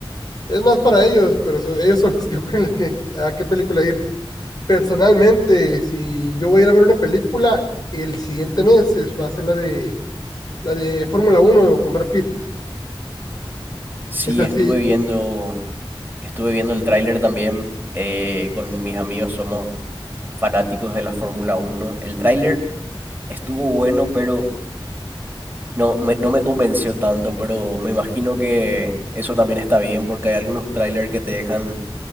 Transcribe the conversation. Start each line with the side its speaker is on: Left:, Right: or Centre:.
Left: es más para ellos, pero so- ellos son los que <laughs> escogen la que- a qué película ir. Personalmente, si yo voy a ir a ver una película, el siguiente mes es- va a ser la de, la de Fórmula uno con Brad Pitt.
Right: Sí,
Left: Es así,
Right: estuve viendo Estuve viendo el tráiler también eh, con mis amigos, somos fanáticos de la Fórmula Uno El tráiler estuvo bueno, pero no me, no me convenció tanto, pero me imagino que eso también está bien porque hay algunos tráiler que te dejan